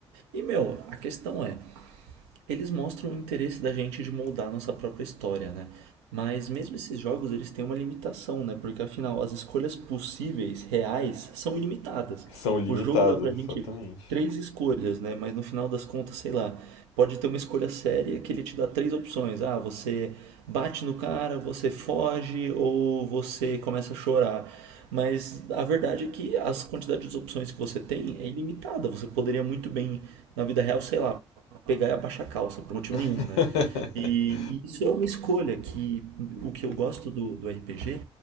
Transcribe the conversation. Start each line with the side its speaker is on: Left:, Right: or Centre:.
Right: E, meu, a questão é, eles mostram o interesse da gente de moldar a nossa própria história, né? Mas mesmo esses jogos, eles têm uma limitação, né? Porque afinal, as escolhas possíveis, reais, são ilimitadas.
Left: São limitados,
Right: O jogo dá pra gente
Left: exatamente.
Right: três escolhas, né? Mas no final das contas, sei lá, pode ter uma escolha séria que ele te dá três opções. Ah, você bate no cara, você foge ou você começa a chorar. Mas a verdade é que as quantidades de opções que você tem é ilimitada. Você poderia muito bem, na vida real, sei lá, pegar e abaixar a calça, por motivo
Left: <laughs>
Right: nenhum, né? E, e isso é uma escolha que o que eu gosto do, do RPG